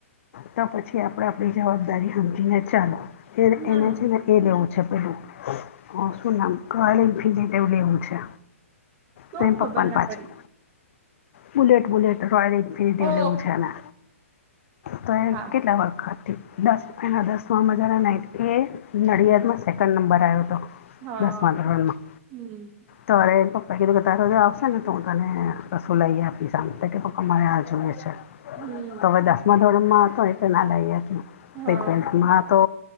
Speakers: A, on the left; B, on the right.
A: તો પછી આપડે આપડી જવાબદારી સમજીને ચાલો એ
B: હમ
A: એને છેને એ લેવુ છે પેલુ હ શું નામ ઘર <unintelligible> લેવું છે.
B: શું
A: તો એન
B: ખબર
A: પપ્પાને
B: ના
A: પાછું
B: પડી
A: બુલેટ બુલેટ રોયલ એનફિલ્વ
B: ઓ
A: લેવું છે એને તો એ
B: હા
A: કેટલા વખત દસ એના દસમાં મજાના નાઈટી એટ નડિયાદમાં સેકન્ડ નંબર આયો હતો.
B: હા
A: દશમાં ધોરણમાં
B: હમ
A: તોરે પપ્પા કીધું કે તારોજ આવશે ને તો હું તને કશું લઈ આપી સાંભ કે પપા મારે આ જુએ છે.
B: હમ્મ.
A: તો હવે દસમા ધોરણમાં હતો એટલે ના લઈ આપ્યું ટ્વેલ્થમાં
B: હા
A: તો